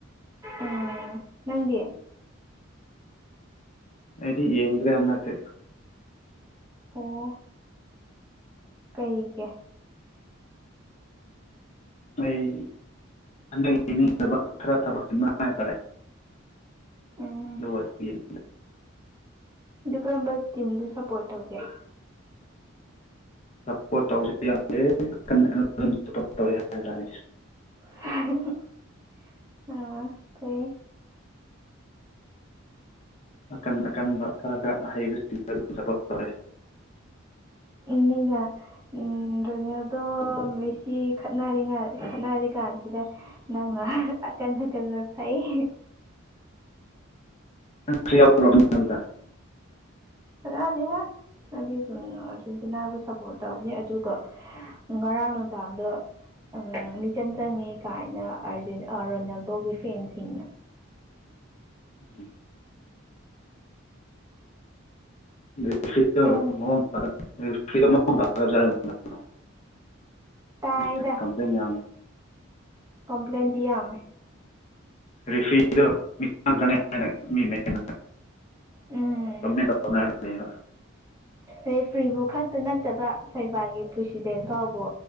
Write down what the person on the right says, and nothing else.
ꯎꯝ ꯅꯪꯗꯤ
ꯑꯣ ꯀꯩꯒꯤ
ꯎꯝ
ꯑꯗꯨ ꯀꯔꯝꯕ ꯇꯤꯝꯗꯣ ꯁꯞꯄꯣꯔꯠ ꯇꯧꯒꯦ
<unintelligible>
<unintelligible> ꯎꯝ ꯔꯣꯅꯦꯜꯗꯣ ꯃꯦꯁꯤ ꯈꯠꯅꯔꯤꯉ ꯈꯠꯅꯔꯤ ꯀꯥꯟꯁꯤꯗ ꯅꯪꯅ ꯑꯀꯟ ꯑꯀꯟꯕ ꯐꯩ
<unintelligible> ꯑꯗꯨ ꯁꯨꯝ ꯉꯥ ꯑꯥꯔꯖꯦꯟꯇꯤꯅꯥꯕꯨ ꯁꯞꯄꯣꯔꯠ ꯇꯧꯕꯅꯦ ꯑꯗꯨꯒ ꯉꯔꯥꯡ ꯅꯨꯡꯗꯥꯡꯗꯣ ꯑ ꯃꯤꯆꯪ ꯆꯪꯉꯦ ꯀꯥꯏꯅ ꯑꯥꯔꯖꯦꯟ ꯑ ꯔꯣꯅꯥꯜꯗꯣꯒꯤ ꯐꯦꯟꯁꯤꯡꯅ
ꯈꯪ ꯇꯥꯏꯌꯦꯗꯥ
ꯀꯝꯄ꯭ꯂꯦꯟꯗꯤ ꯌꯥꯝꯃꯦ
ꯎꯝ
ꯔꯦꯐ꯭ꯔꯤꯕꯨ ꯈꯛꯇ ꯅꯠꯇꯕ ꯐꯩꯕꯥꯒꯤ ꯄ꯭ꯔꯁꯤꯗꯦꯟ ꯐꯥꯎꯕꯨ